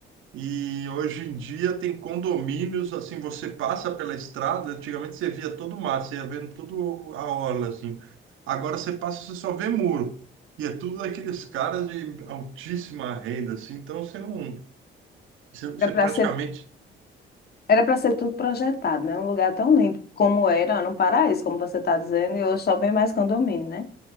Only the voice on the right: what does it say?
e hoje em dia tem condomínios, assim, você passa pela estrada, antigamente você via todo o mar, você ia vendo toda a orla, assim. Agora você passa, você só vê muro. E é tudo daqueles caras de altíssima renda, assim, então você não, você, você
praticamente...